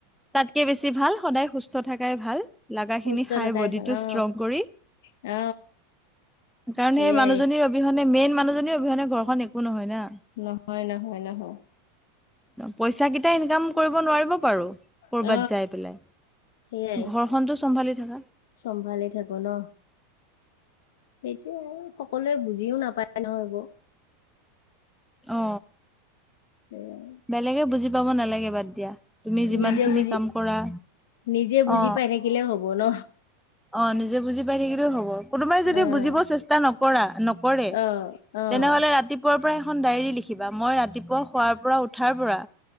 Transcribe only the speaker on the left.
সুস্থ
থকাই
ভাল অ
অ
সেয়াই
নহয়-নহয়-নহয়।
অ
সেইয়াই,
চম্ভালি থাকো ন। সেইটোৱে আৰু সকলোৱে বুজিও নাপায় নহয় এইবোৰ।
এ
নিজে
বুজি
নিজে বুজি
পাই থাকিলে হ'ব ন।
অ',
অ', অ',